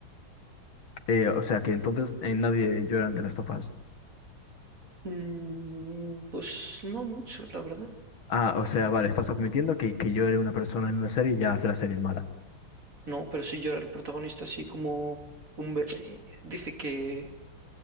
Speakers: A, on the left; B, on the right.
A: Eh, o sea, que entonces eh, nadie llora ante las tofas.
B: Mm, pues no mucho, la verdad.
A: Ah, o sea, vale, estás admitiendo que, que llore una persona en una serie y ya hace la serie mala.
B: No, pero sí llora el protagonista así como un bebé. Dice que,